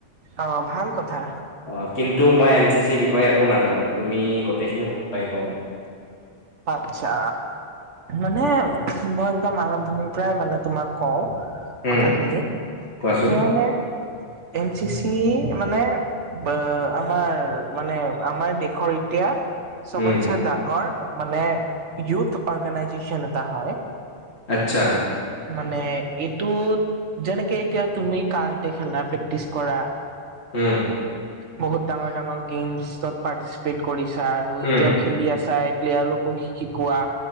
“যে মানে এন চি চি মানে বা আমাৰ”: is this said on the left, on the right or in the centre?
Right